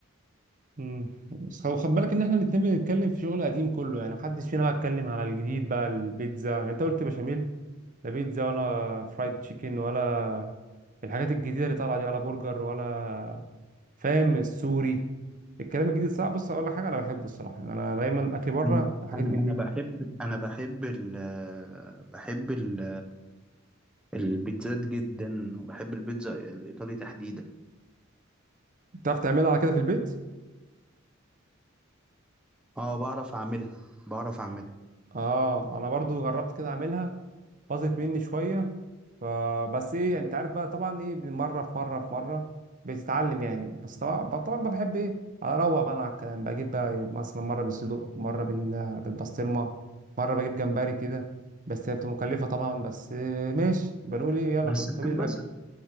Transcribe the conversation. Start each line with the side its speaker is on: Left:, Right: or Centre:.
Right: امم بس خد خد بالك ان احنا الاتنين بنتكلم في شغل قديم كله يعني محدش فينا بقى اتكلم على الجديد بقى البيتزا يعني انت قلت بشاميل لا بيتزا ولا فرايد تشيكن ولا الحاجات الجديده اللي طالعه دي ولا برجر ولا فاهم السوري الكلام الجديد صعب بص اقول لك حاجه انا بحبه الصراحه يعني انا دايما اكل بره
Centre: أنا
Right: حاجات
Centre: أنا
Right: من
Centre: أنا
Right: دي
Centre: بحب أنا بحب ال بحب ال البيتزات جدا وبحب البيتزا الإيطالي تحديدا
Right: بتعرف تعملها على كده في البيت
Centre: أه بعرف أعملها بعرف أعملها
Right: اه انا برضو جربت كده اعملها باظت مني شويه فبس ايه انت عارف بقى طبعا ايه مره في مره في مره بتتعلم يعني بس طبعا طبعا بقى بحب ايه اروق بقى انا على الكلام بجيب بقى إيه مثلا مره بالصدوق مره بال- بالبسطرمه مره بجيب جمبري كده بس هي بتبقى مكلفه طبعا بس إيه ماشي بنقول ايه يلا
Centre: بس
Right: كل
Centre: بتنبسط
Right: سبيل الاكل